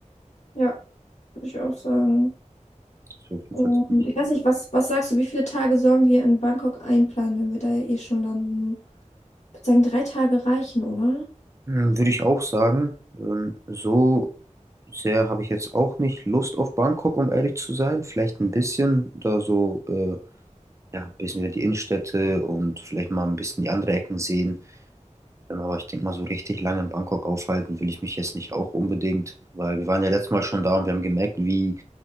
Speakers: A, on the left; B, on the right.
A: Ja, würde ich auch sagen.
B: Das wäre auf jeden
A: Und
B: Fall ziemlich.
A: ich weiß nicht, was, was sagst du, wie viele Tage sollen wir in Bangkok einplanen, wenn wir da ja eh schon landen? Ich würde sagen, drei Tage reichen, oder?
B: Hm, Würde ich auch sagen, ähm, so sehr habe ich jetzt auch nicht Lust auf Bangkok, um ehrlich zu sein. Vielleicht ein bisschen da so. Äh, ja, ein bisschen wieder die Innenstädte und vielleicht mal ein bisschen die andere Ecken sehen. Ähm, Aber ich denke mal, so richtig lange in Bangkok aufhalten will ich mich jetzt nicht auch unbedingt, weil wir waren ja letztes Mal schon da und wir haben gemerkt, wie,